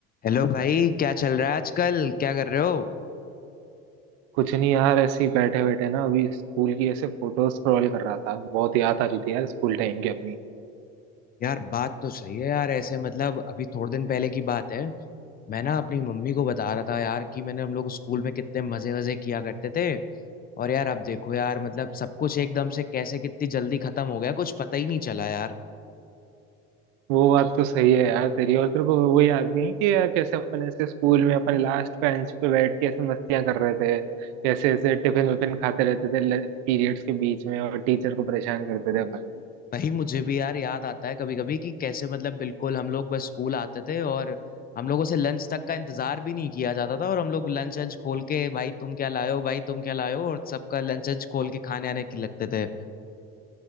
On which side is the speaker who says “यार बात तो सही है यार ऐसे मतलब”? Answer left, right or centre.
Left